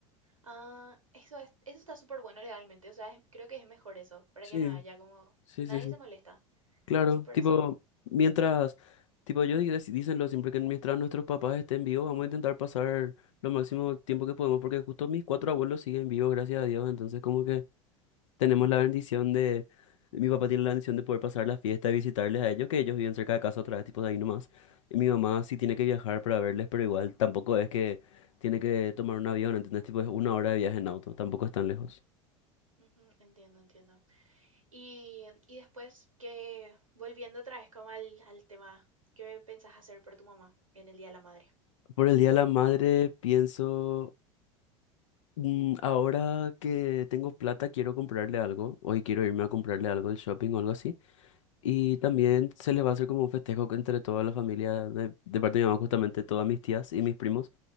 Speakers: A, on the right; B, on the left.
A: Ah, eso es, eso está súper bueno legalmente. O sea, es- creo que es mejor eso, para
B: Sí,
A: que no haya como...
B: sí,
A: Nadie
B: sí, sí.
A: se molesta.
B: Claro,
A: Súper
B: tipo,
A: eso.
B: mientras, tipo, yo di- dec- dicenlo siempre que mientras nuestros papás estén vivos, vamos a intentar pasar lo máximo tiempo que podemos, porque justo mis cuatro abuelos siguen vivos, gracias a Dios, entonces como que... tenemos la bendición de, mi papá tiene la bendición de poder pasar la fiesta y visitarles a ellos, que ellos viven cerca de casa otra vez, tipo de ahí nomás. Y mi mamá sí tiene que viajar para verles, pero igual tampoco es que tiene que tomar un avión, ¿entendés? Tipo, es una hora de viaje en auto, tampoco es tan lejos.
A: Ujú, entiendo, entiendo. Y, y después que, volviendo otra vez como al, al tema, ¿qué pensás hacer por tu mamá en el Día de la Madre?
B: Por el Día de la Madre pienso, mm, ahora que tengo plata quiero comprarle algo, hoy quiero irme a comprarle algo del shopping o algo así. Y
A: Ujú,
B: también se les va a hacer como un festejo que entre toda la familia, de, de parte de mi mamá, justamente todas mis tías y mis primos.